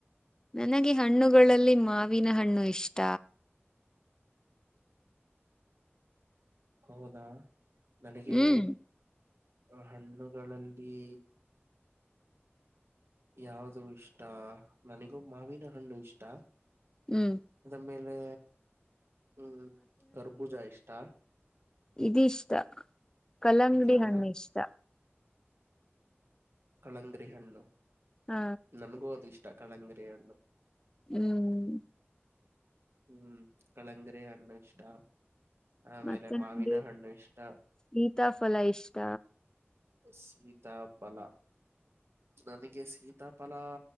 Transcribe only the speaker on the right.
ಹೌದಾ ನನಗೆ
ಆ ಹಣ್ಣುಗಳಲ್ಲಿ ಯಾವ್ದು ಇಷ್ಟ ನನಿಗೂ ಮಾವಿನ ಹಣ್ಣು ಇಷ್ಟ
ಆಮೇಲೆ ಹ್ಮ ಗರ್ಬೂಜ ಇಷ್ಟ
ಯಾವುದು
ಕಳಂಗರಿ ಹಣ್ಣು
ನನ್ಗೂ ಅದ ಇಷ್ಟ ಕಳಂಗರಿ ಹಣ್ಣು
ಹ್ಮ್ ಕಳಂಗರಿ ಅ್ಣ ಇಷ್ಟ ಆಮೇಲೆ
ಮಾವಿನ
ಹಣ್ಣು ಇಷ್ಟ
ಸೀತಾಪಲ ನನಗೆ ಸೀತಾಫಲಾ